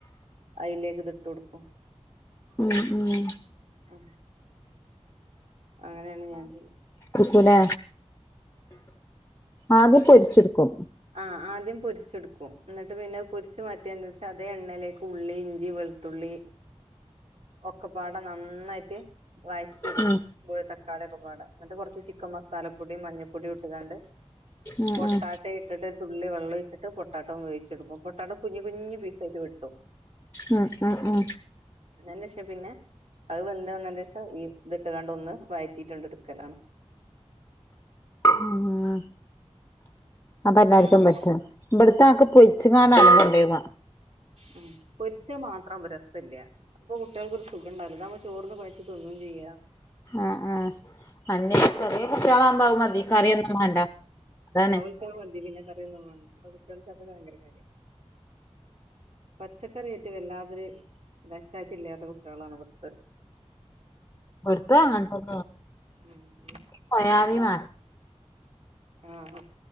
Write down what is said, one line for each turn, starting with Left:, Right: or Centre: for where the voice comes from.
Right: അതിലേക്ക് ഇതിട്ട് കൊടുക്കും
Left: ഉം ഉം
Right: ആ അങ്ങനെയാണ് ഞാൻ ചെയ്യാ
Left: ക്കൂലെ ആദ്യം പൊരിച്ചിടുക്കും
Right: ആ ആദ്യം പൊരിച്ചെടുക്കും എന്നിട്ട് പിന്നെ പൊരിച്ച് മാറ്റിയാണ്ട് എന്ത് അതേ എണ്ണയിലേക്ക് ഉള്ളി, ഇഞ്ചി, വെളുത്തുള്ളി ഒക്കെപ്പാടെ നന്നായിട്ട് വായ റ്റി എടുക്കും
Left: ഉം
Right: തക്കാളി ഒക്കപ്പാടെ എന്നിട്ട് കുറച്ച് ചിക്കൻ മസാലപ്പൊടിയും, മഞ്ഞൾപ്പൊടിയും ഇട്ടുകാണ്ട്
Left: ഉം
Right: പൊട്ടാ
Left: ഉം
Right: റ്റൊ ഇട്ടിട്ട് ഒരു തുള്ളി വെള്ളം ഒഴിച്ചിട്ട് പൊട്ടാറ്റോ വേവിച്ചെടുക്കും പൊട്ടറ്റോ കുഞ്ഞ് കുഞ്ഞ് പീസായിട്ട് വെട്ടും
Left: ഉം ഉം ഉം
Right: എന്നതിന്റെ ശേഷം പിന്നെ അത് വെന്ത് വന്നതിന് ശേഷം ഈ ഇതിട്ടുകാണ്ട് ഒന്ന് വഴറ്റിയിട്ടാണ്ട് ഇടുക്കലാണ്
Left: ഉം അപ്പൊ എല്ലാർക്കും
Right: ഉം
Left: പറ്റോ ഇവിടത്തെ ആക്ക് പൊരിച്ചു കാണ്ടാണ് കൊണ്ട് പോക
Right: ഉം പൊരിച്ച മാത്രം രസല്ല അപ്പൊ കുട്ടികൾക്ക് ഒരു സുഖണ്ടാവില്ല ഇതാവുമോ ചോർന്ന് കൊഴച്ച് തിന്നും ചെയ്യാം
Left: ആ ആ അല്ലെങ്കിലും ചെറിയ കുട്ടികളാകുമ്പോ അത് മതി കറിയൊന്നും വേണ്ട അതാണ്
Right: <unintelligible> മതി പിന്നെ കറിയൊന്നും വേണ്ട കുട്ടികൾക്ക് അതൊക്കെ ഭയങ്കര കാര്യാ പച്ചക്കറായിറ്റും വല്ലാതെ ഒരു അറ്റാച്ച് ഇല്ലാത്ത കുട്ടികളാണ് ഇവിടുത്തത്
Left: ഇവിടുത്തെ അങ്ങനെ തന്നെ
Right: ഉം ഉം
Left: സോയാ മാ
Right: ആഹ്